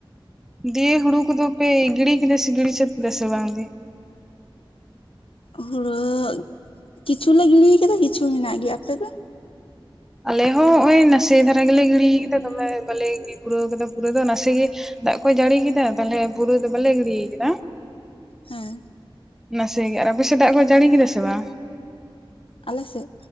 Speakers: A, in the centre; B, on the left.
A: ᱫᱤᱭᱮ ᱦᱩᱲᱩ ᱠᱚ ᱫᱚ ᱯᱮ ᱜᱤᱲᱤ ᱠᱮᱫᱟ ᱥᱮ ᱜᱤᱲᱤ ᱥᱟᱹᱛ ᱠᱮᱫᱟ ᱥᱮ ᱵᱟᱝ ᱜᱮᱼᱼ
B: ᱦᱩᱲᱩ ᱠᱤᱪᱷᱩ ᱞᱮ ᱜᱤᱲᱤᱭ ᱠᱟᱫᱟ ᱠᱤᱪᱷᱩ ᱢᱮᱱᱟᱜ ᱜᱮᱭᱟ ᱟᱯᱮ ᱫᱚᱼᱼ
A: ᱟᱞᱮ ᱦᱚᱸ ᱦᱚᱸᱜ ᱚᱭ ᱱᱟᱥᱮ ᱫᱷᱟᱨᱟ ᱜᱮᱞᱮ ᱜᱤᱲᱤᱭ ᱠᱮᱫᱟ ᱫᱚᱢᱮ ᱵᱟᱞᱮ ᱯᱩᱨᱟᱹᱣ ᱠᱟᱫᱟ ᱯᱩᱨᱟᱹ ᱫᱚ ᱱᱟᱥᱮ ᱜᱮᱼᱼ ᱫᱟᱜ ᱠᱚᱭ ᱡᱟᱹᱲᱤ ᱠᱮᱫᱟ ᱛᱟᱞᱦᱮ ᱯᱩᱨᱟᱹ ᱫᱚ ᱵᱟᱞᱮ ᱜᱤᱲᱤᱭ ᱠᱮᱫᱟ᱾
B: ᱦᱮᱸ
A: ᱱᱟᱥᱮ ᱜᱮ ᱟᱨ ᱟᱯᱮ ᱥᱮᱫ ᱫᱟᱜ ᱠᱚᱭ ᱡᱟᱹᱲᱤ ᱠᱮᱫᱟ ᱥᱮ ᱵᱟᱝ
B: ᱟᱞᱮ ᱥᱮᱫ